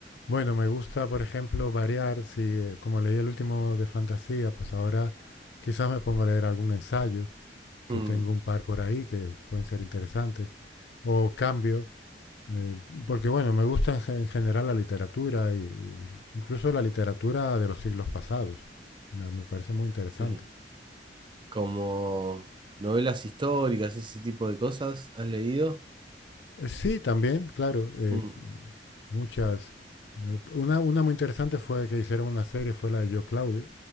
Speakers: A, on the left; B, on the right.
A: bueno, me gusta, por ejemplo, variar. Si, eh, como leí el último de fantasía, pues ahora quizás me pongo a leer algún ensayo, que
B: mm,
A: tengo un par por ahí que pueden ser interesantes, o cambio, eh, porque bueno, me gusta en, ge- en general la literatura, y, y incluso la literatura de los siglos pasados. Me, me parece muy interesante.
B: sí. como novelas históricas, ese tipo de cosas, ¿has leído?
A: Eh, Sí, también, claro. eh,
B: Mm,
A: muchas. eh, Una, una muy interesante fue que hicieron una serie, fue la de Yo Claudio.